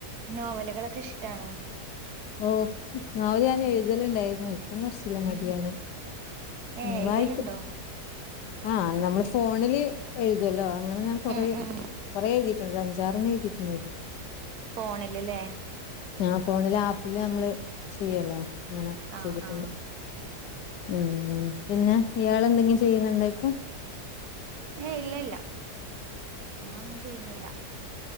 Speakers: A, on the right; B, on the left.
A: നോവലുകളൊക്കെ ഇഷ്ടാണോ
B: ഓ നോവല് ഞാൻ
A: ഉം
B: എഴുതലുണ്ടായിരുന്നു
A: ഉം
B: ഇപ്പം കുറച്ചില്ല മടിയാണ് പിന്നെ
A: ഏഹ് എഴുതല്
B: വായിക്കും
A: ഇണ്ടോ?
B: ആഹ് നമ്മള് ഫോണില് എഴുതുല്ലോ അങ്ങനെ ഞാൻ കൊറെ
A: ഉം ഉം
B: കുറെ എഴുതിട്ടുണ്ട് ഒരഞ്ചാറണ്ണം എഴുതിയിട്ടുണ്ടായിരിക്കും
A: ഫോണിൽല്ലേ
B: ആഹ് ഫോണില് ആപ്പില് നമ്മള് ചെയ്യുവല്ലോ അങ്ങനെ
A: ആഹ്
B: ചെയ്തിട്ടുണ്ട്
A: ആഹ്
B: ഉം പിന്നെ ഇയാൾ എന്തെങ്കിലും ചെയ്യുന്നുണ്ടോ ഇപ്പൊ
A: ഏ ഇല്ല ഇല്ല ഞാൻ ഒന്നും ചെയ്യുന്നില്ല